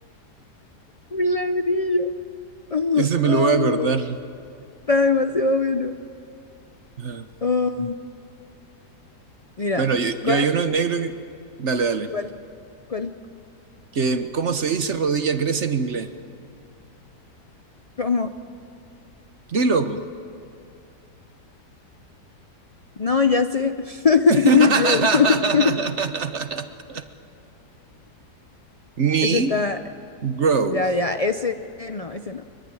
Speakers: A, on the left (about 65°); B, on the right (about 50°).
A: ladrillo. Oh,
B: Ese me lo voy a acordar.
A: está demasiado bueno.
B: Ah.
A: Oh. Mira,
B: Bueno, yo, yo
A: ¿cuál,
B: hay uno en negro que... Dale, dale.
A: cuál, cuál,
B: Que, ¿cómo se dice rodilla crece en inglés?
A: cómo?
B: Dilo, po.
A: No, ya sé, <laughs>
B: <laughs>
A: Negro. <laughs>
B: Mi
A: Ese está,
B: growth.
A: ya, ya, ese no, ese no.